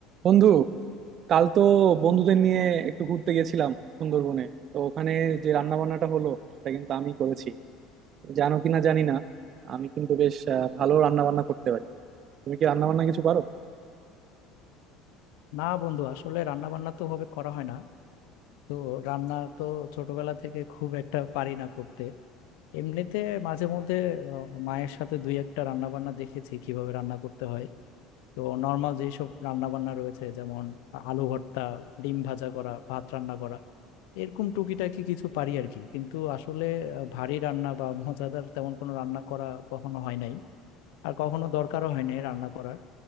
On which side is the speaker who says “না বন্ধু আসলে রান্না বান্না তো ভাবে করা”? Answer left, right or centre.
Left